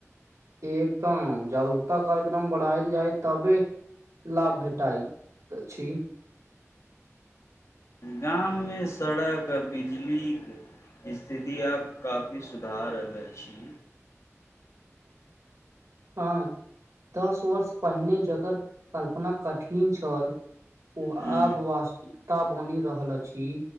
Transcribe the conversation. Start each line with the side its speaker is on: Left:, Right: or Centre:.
Right: एकदम जागरूकता कार्यक्रम बढ़ायल जाय तबे लाभ भेटाइ अछि
Left: गाममे सड़क आ बिजलीक स्थिति आब काफी सुधार रहल अछि
Right: हँ दस वर्ष पहिने जकर कल्पना कठिन छल ओ
Left: हूँ
Right: आब वास्त ता बनि रहल अछि